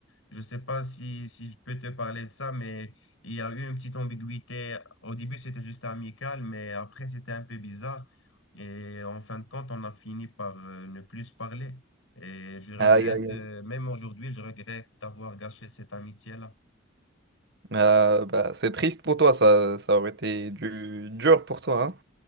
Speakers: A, on the left (about 85°); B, on the right (about 55°).
A: je sais pas si, si je peux te parler de ça, mais il y a eu une petite ambiguïté. Au début, c'était juste amical, mais après, c'était un peu bizarre. Et en fin de compte, on a fini par euh, ne plus se parler. Et je regrette,
B: Aïe, aïe,
A: euh,
B: aïe.
A: même aujourd'hui, je regrette d'avoir gâché cette amitié-là.
B: Euh, bah, c'est triste pour toi, ça, ça aurait été du, dur pour toi. hein.